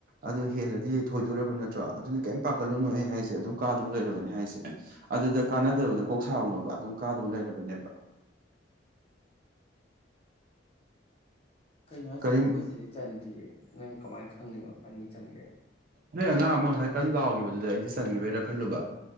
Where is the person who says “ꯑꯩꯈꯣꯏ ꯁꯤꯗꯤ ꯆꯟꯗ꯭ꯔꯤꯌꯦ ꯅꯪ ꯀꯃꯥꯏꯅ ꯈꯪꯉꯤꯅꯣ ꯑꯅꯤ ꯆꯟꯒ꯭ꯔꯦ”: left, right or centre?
Left